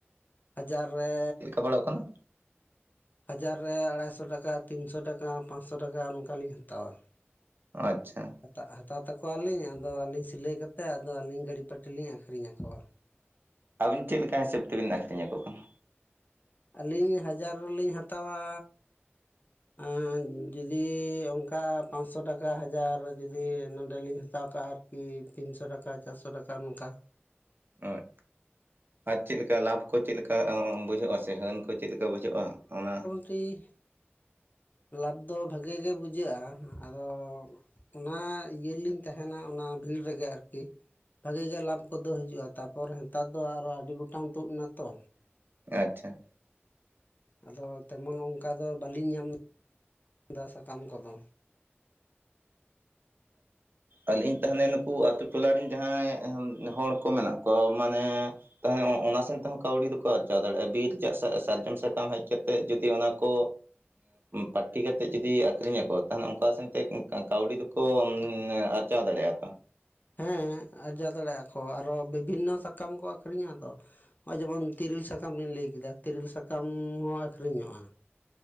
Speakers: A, on the left; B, on the right.
A: ᱦᱟᱡᱟᱨ ᱨᱮ
B: ᱚᱲᱟᱜ ᱠᱷᱚᱱ
A: ᱵᱟᱡᱟᱨ ᱨᱮ ᱟᱲᱟᱭᱥᱚ ᱴᱟᱠᱟ ᱛᱤᱱᱥᱚ ᱴᱟᱠᱟ ᱯᱟᱸᱥᱥᱚ ᱴᱟᱠᱟ ᱚᱱᱠᱟ ᱞᱤᱧ ᱦᱟᱛᱟᱣᱟ᱾
B: ᱟᱪᱷᱟ᱾
A: ᱦᱟᱛᱟ ᱦᱟᱛᱟᱣ ᱛᱟᱠᱩᱣᱟᱞᱤᱧ ᱟᱫᱚ ᱟᱹᱞᱤᱧ ᱥᱤᱞᱟᱹᱭ ᱠᱟᱛᱮᱜ ᱟᱫᱚ ᱟᱹᱞᱤᱧ ᱜᱟᱹᱲᱤ ᱯᱟᱹᱴᱤ ᱞᱤᱧ ᱟᱹᱠᱷᱨᱤᱧ ᱟᱠᱩᱣᱟ
B: ᱟᱹᱵᱤᱱ ᱪᱮᱫ ᱞᱮᱠᱟ ᱦᱤᱥᱟᱹᱵ ᱛᱮᱵᱤᱱ ᱟᱹᱠᱷᱨᱤᱧ ᱟᱠᱚ ᱠᱟᱱᱟ?
A: ᱟᱹᱞᱤᱧ ᱦᱟᱡᱟᱨ ᱨᱮᱞᱤᱧ ᱦᱟᱛᱟᱣᱟ᱾ ᱮᱸ ᱡᱩᱫᱤ ᱚᱝᱠᱟ ᱯᱟᱱᱥᱚ ᱴᱟᱠᱟ ᱦᱟᱡᱟᱨ ᱨᱮ ᱡᱩᱫᱤ ᱱᱚᱸᱰᱮᱞᱤᱧ ᱦᱟᱛᱟᱣ ᱠᱟᱜ-ᱟ ᱟᱨ ᱠᱤ ᱛᱤᱱᱥᱚ ᱴᱟᱠᱟ ᱪᱟᱨᱥᱚ ᱴᱟᱠᱟ ᱱᱚᱝᱠᱟ
B: ᱚᱡ ᱟᱡ ᱪᱮᱫ ᱞᱮᱠᱟ ᱞᱟᱵᱷ ᱠᱚ ᱪᱮᱫ ᱞᱮᱠᱟ ᱵᱩᱡᱷᱟᱹᱜ ᱟ ᱥᱮ ᱦᱟᱹᱱ ᱠᱚ ᱪᱮᱫ ᱞᱮᱠᱟ ᱵᱩᱡᱷᱩᱜ-ᱟ ᱚᱱᱟ
A: ᱴᱷᱤᱠ ᱞᱟᱵᱷ ᱫᱚ ᱵᱷᱟᱜᱮ ᱜᱮ ᱵᱩᱡᱷᱟᱹᱜ-ᱟ ᱦᱟᱸᱜ ᱟᱫᱚ ᱚᱱᱟ ᱤᱭᱟᱹᱞᱤᱧ ᱛᱟᱦᱮᱱᱟ ᱚᱱᱟ ᱵᱷᱤᱲ ᱨᱮᱜᱤ ᱟᱨᱠᱤ ᱵᱷᱟᱜᱮ ᱜᱮ ᱞᱟᱵᱷ ᱠᱚᱫᱚ ᱦᱤᱡᱩᱜ-ᱟ ᱛᱟᱯᱚᱨ ᱱᱮᱛᱟᱨ ᱫᱚ ᱟᱨᱚ ᱟᱹᱰᱤ ᱜᱚᱴᱟᱝ ᱛᱩᱫ ᱮᱱᱟ ᱛᱚ
B: ᱟᱪᱪᱷᱟ
A: ᱟᱫᱚ ᱛᱮᱢᱚᱱ ᱚᱱᱠᱟ ᱫᱚ ᱵᱟᱞᱤᱧ ᱧᱟᱢ ᱫᱟ ᱥᱟᱠᱟᱢ ᱠᱚᱫᱚ᱾
B: ᱟᱹᱞᱤᱧ ᱛᱟᱦᱚᱞᱮ ᱱᱩᱠᱩ ᱟᱛᱩ ᱴᱚᱞᱟᱨᱮᱱ ᱡᱟᱦᱟᱸᱭ ᱦᱚᱲ ᱠᱚ ᱢᱮᱱᱟᱜ ᱠᱚᱣᱟ ᱢᱟᱱᱮ ᱛᱟᱦᱚᱞᱮ ᱚᱱᱟ ᱥᱮᱱ ᱛᱮᱦᱚᱸ ᱠᱟᱹᱣᱰᱤ ᱫᱚᱠᱚ ᱟᱨᱡᱟᱣ ᱫᱟᱲᱮᱭᱟᱜ-ᱟ ᱵᱤᱨ ᱨᱮᱭᱟᱜ ᱥᱟ ᱥᱟᱨᱡᱚᱢ ᱥᱟᱠᱟᱢ ᱦᱮᱡ ᱠᱟᱛᱮᱜ ᱡᱩᱫᱤ ᱚᱱᱟ ᱠᱚ ᱯᱟᱹᱴᱤ ᱠᱟᱛᱮᱜ ᱡᱩᱫᱤ ᱟᱹᱠᱷᱨᱤᱧᱟᱠᱚ ᱛᱟᱦᱞᱮ ᱚᱱᱠᱟ ᱥᱟᱶᱛᱮ ᱠᱟᱹᱣᱰᱤ ᱫᱚ ᱠᱩ ᱩᱢ ᱟᱨᱡᱟᱣ ᱫᱟᱲᱮᱭᱟᱜ ᱠᱚ
A: ᱦᱮᱸ ᱟᱨᱡᱟᱣ ᱫᱟᱲᱮᱭᱟᱜ-ᱟ ᱠᱚ ᱟᱨᱚ ᱵᱤᱵᱷᱤᱱᱱᱚ ᱥᱟᱠᱟᱢ ᱠᱚ ᱟᱹᱠᱷᱨᱤᱧᱟ ᱛᱚ ᱱᱚᱜ-ᱚᱭ ᱡᱮᱢᱚᱱ ᱛᱤᱨᱤᱞ ᱥᱟᱠᱟᱢ ᱵᱤᱱ ᱞᱟᱹᱭ ᱠᱮᱫᱟ ᱛᱤᱨᱤᱞ ᱥᱟᱠᱟᱢ ᱦᱚᱸ ᱟᱹᱠᱷᱨᱤᱧᱚᱜ-ᱟ, ᱞ᱾